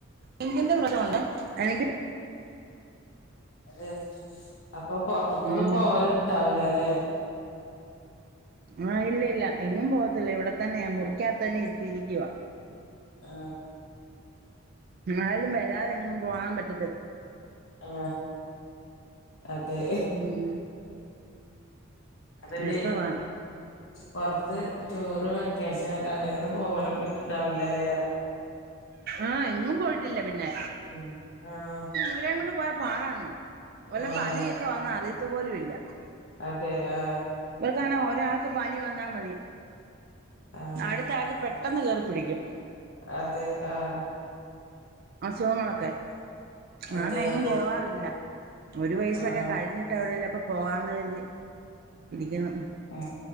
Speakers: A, on the right (about 50°); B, on the left (about 90°).
A: എന്തിൻ്റെ <unintelligible> അതിൻ്റെ
B: <unintelligible> അപ്പൊ പ്പൊർ റത്തൊന്നും
A: ഉം
B: പോൽ ണ്ടാ വൂലലേ
A: ആ ഇല്ലില്ല ല്ല എങ്ങും പോകത് ല്ല ഇവിടത്തന്നെയാ മുറിക്കാത്തന്നെ ഇരുതീരി ലീവ.
B: ആ
A: ആര്ലും വരാതെങ്ങും പൂവാൻ പറ്റ
B: ആ അതെ
A: ഉം
B: അതല്ലേ
A: രസവാ
B: പൊറത്ത് റ്റൂറ് വെക്കേഷനൊക്കെ അങ്ങനൊന്നും പോവല് പറ്റ് ണ്ടാവില്ലല്ലേ റെ
A: ആ എങ്ങും പോയിട്ട് ല്ലപിന്നെ
B: ഉം ആഹ്
A: ഇവരേംകൊണ്ട് പോയ പാടാൺ വല്ല
B: ആഹ്
A: പണിയൊക്കെ വന്ന അറി പോലുമില്ല.
B: അതെ ആ
A: ഇവക്കാണെ <unintelligible> രാക്ക് പനി വന്നാ മതി
B: ആഹ്
A: അടുത്താകപ്പെട് പെട്ടെന്ന് കേറി പിടിക്കും
B: അതെ ആഹ്
A: അസുഖങ്ങളൊക്കെ അതോണ്ട്
B: അതെ
A: എങ്ങും
B: അതെ
A: പോവാറില്ല ഒരു വയസൊക്കെ
B: ആഹ്
A: കഴിഞ്ഞിട്ട് എവിടേലൊക്കെ പോവാന്ന് കരുതി ഇരിക്ക്ന്ന്.
B: ആ